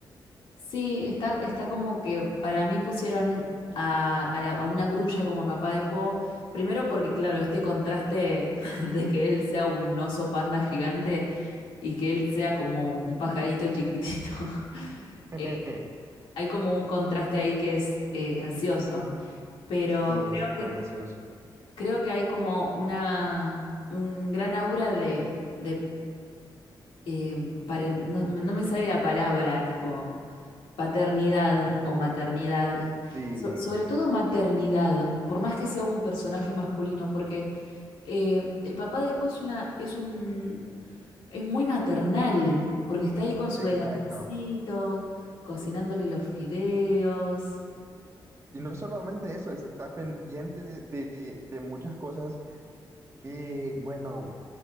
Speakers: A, on the left; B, on the right.
A: Sí, está, está como que para mí pusieron a, a la- a una grulla como el papá de Po, primero porque, claro, este contraste <laughs> de que él sea un oso panda gigante y que él sea como un pajarito chiquitito, <laughs>
B: <laughs>
A: eh, hay como un contraste ahí que es eh, gracioso, pero
B: Estuvo
A: creo
B: súper
A: que,
B: gracioso.
A: creo que hay como una, un gran aura de, de eh, paren- no, no me sale la palabra, tipo paternidad o maternidad,
B: Sí,
A: so- sobre todo maternidad, por más que sea un personaje masculino, porque eh, el papá de Po es una, es un, es muy maternal, porque está ahí con su
B: exacto.
A: delantalcito, cocinándole los fideos.
B: Y no solamente eso, está pendiente de, de muchas cosas que, bueno,